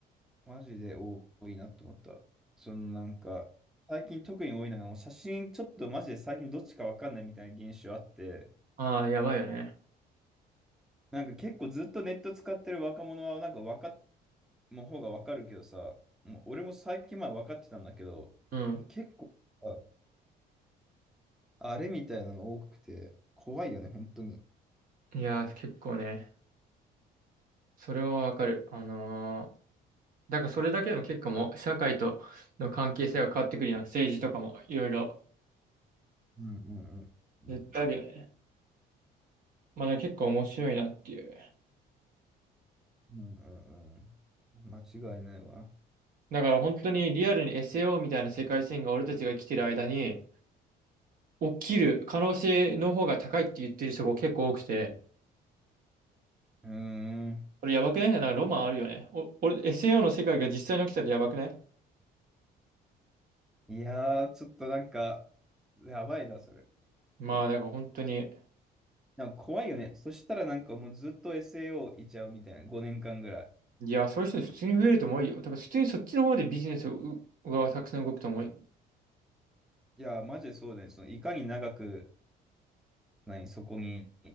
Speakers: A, in the centre; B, on the right.
A: マジで多いなって思った。そのなんか、最近特に多いのが、もう写真ちょっとマジで最近どっちかわかんないみたいな現象あって、
B: ああ、やばいよね。
A: なんか結構ずっとネット使ってる若者はなんか分かっの方がわかるけどさ、もう俺も最近前分かってたんだけど、
B: うん。
A: 結構さ、あれみたいなの多くて、怖いよね、本当に。
B: いやー、結構ね、それはわかる。あのーだからそれだけでも結構もう社会との関係性が変わってくるやん。政治とかもいろいろ
A: うんうんうん。
B: 絶対あるよね。
A: うん
B: まあだから結構面白いなっていう。
A: うんうん。間違いないわ。
B: だから本当にリアルに SAO みたいな世界線が俺たちが生きてる間に起きる可能性の方が高いって言ってる人が結構多くて、
A: うーん。
B: これやばくないなんかロマンあるよね。お、俺 SAO の世界が実際に起きたらやばくない
A: いやー、ちょっとなんか、やばいな、それ。
B: まあだから本当に、
A: なんか怖いよね。そしたらなんかもうずっと SAO いちゃうみたいな、5年間ぐらい。
B: いや、そういう人普通に増えると思うよ。だから普通にそっちの方でビジネスがたくさん動くと思う。
A: いやー、マジでそうだね。そのいかに長く、何、そこに